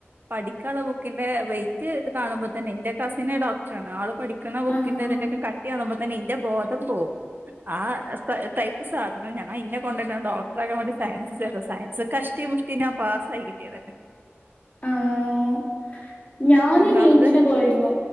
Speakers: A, on the right (about 45°); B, on the left (about 30°).
A: പഠിക്കാനുള്ള ബുക്കിന്റെ വെയിറ്റ് കാണുമ്പോ തന്നെ എന്റെ കസിന് ഡോക്ടറാണ് ആള് പഠിക്കണ ബുക്കിന്റെ
B: ആഹ്
A: അതിന്റെക്കെ കട്ടി കട്ടി കാണുമ്പോ തന്നെ ന്റെ ബോധം പോവും ആഹ് ടൈപ്പ് സാധനം ഞാ ഇന്നെ കൊണ്ട <unintelligible> ഡോക്ടർ ആക്കാൻ വേണ്ടി സയൻസ് ചേർ സയൻസ് കഷ് തട്ടീം മുഷ്ടനാ പാസായി കിട്ടിയതന്നെ
B: ആഹ് ഞാന്
A: ഒന്നാമത്
B: നീറ്റിന് പോയിരുന്നു